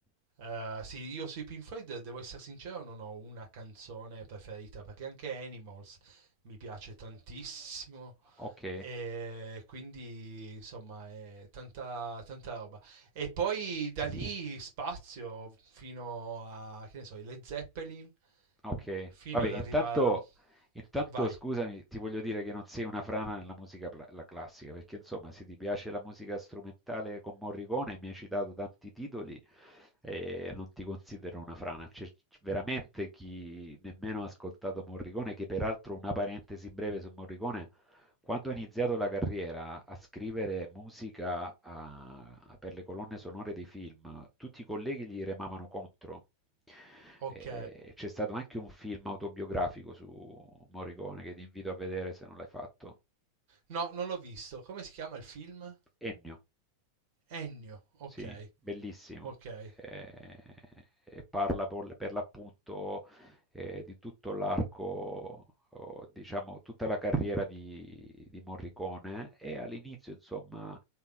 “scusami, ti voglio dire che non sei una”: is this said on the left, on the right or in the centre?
Centre